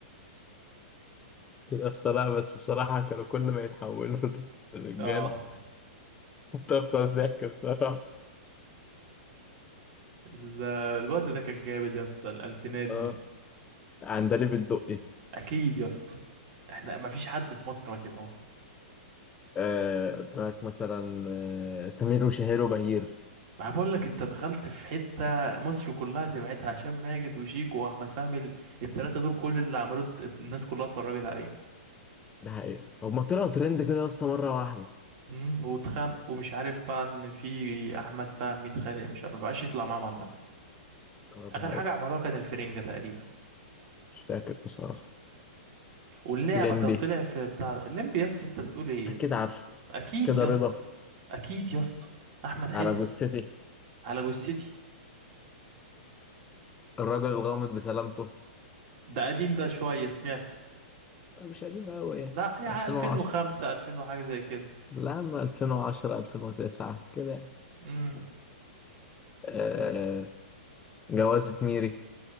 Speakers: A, on the left (about 15°); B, on the right (about 50°).
A: يا اسطى لا بس بصراحة كانوا كل ما يتحولوا لرجالة
B: اه
A: تفطس ضحك بصراحة
B: ال- الوقت ده كان جامد يا اسطى الالفينات دي
A: اه عندليب الدقي
B: اكيد يا اسطى احنا ما فيش حد في مصر ما سمعوش
A: آه، قدامك مثلا آه، سمير وشهير وبهير
B: ما بقول لك انت دخلت في حته مصر كلها سمعتها هشام ماجد وشيكو واحمد فهمي الثلاثه دول كل اللي عملوه الت- الناس كلها اتفرجت عليه
A: ده حقيقة هما طلعوا ترند كده يا اسطى مرة واحدة
B: امم واتخانق ومش عارف بقى ان في احمد فهمي اتخانق مش عارف- ما بقاش يطلع معاهم عامه
A: اه
B: اخر
A: ده حقيقة
B: حاجه عملوها كان الفرنجه تقريبا
A: مش فاكر بصراحة
B: واللعبه
A: الليمبي
B: كان طلع في بتاع الليمبي يا اسطى انت بتقول ايه
A: أكيد
B: يا اسطى
A: عارف
B: اكيد
A: كده
B: يا
A: رضا
B: اسطى اكيد يا اسطى احمد حلمي
A: على جثتي
B: على جثتي
A: الرجل الغامض بسلامته
B: ده قديم ده شويه سمعته
A: لا، مش قديمة أوي يعني
B: لا يعني
A: 2010
B: 2005 2000 وحاجه زي كده
A: لا أما 2010 2009 كده يعني.
B: امم
A: آه جوازة ميري